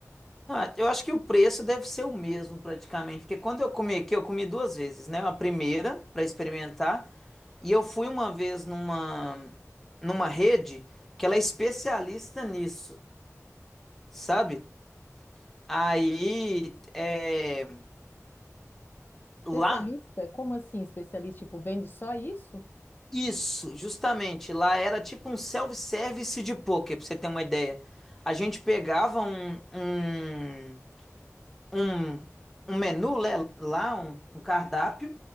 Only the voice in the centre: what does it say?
Não, é, eu acho que o preço deve ser o mesmo praticamente, porque quando eu comi aqui, eu comi duas vezes, né? A primeira para experimentar, e eu fui uma vez numa numa rede que ela é especialista nisso, sabe? Aí, é,
lá
Isso, justamente. Lá era tipo um self-service de poker, pra você ter uma ideia. A gente pegava um, um, um, um menu né, lá, um, um cardápio,